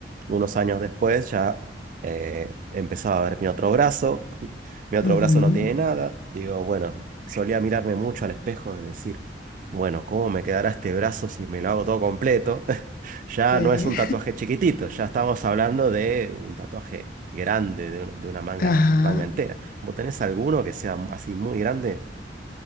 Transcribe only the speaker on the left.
ujú,
sí,
Ajá.